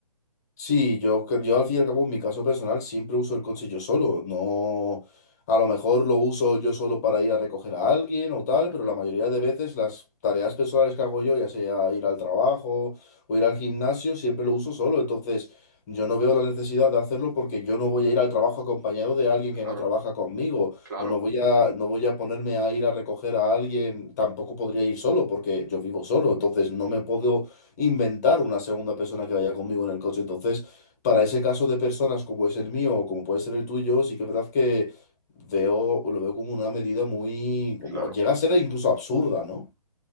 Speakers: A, on the left (about 25°); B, on the right (about 30°).
A: Sí, yo, cre- yo al fin y al cabo, en mi caso personal, siempre uso el coche yo solo. No, a lo mejor lo uso yo solo para ir a recoger a alguien o tal,
B: Ujú,
A: pero la mayoría de veces las tareas personales que hago yo, ya sea ir al trabajo o ir al gimnasio, siempre lo uso solo. Entonces, yo no veo la necesidad de hacerlo porque yo no voy a ir al trabajo acompañado de alguien que
B: Claro,
A: no trabaja conmigo
B: claro,
A: o no voy a, no voy a ponerme a ir a recoger a alguien. Tampoco podría ir solo porque yo vivo solo. Entonces, no me puedo inventar una segunda persona que vaya conmigo en el coche. Entonces, para ese caso de personas como es el mío o como puede ser el tuyo, sí que es verdad que veo, lo veo como una medida muy,
B: claro.
A: como llega a ser incluso absurda, ¿no?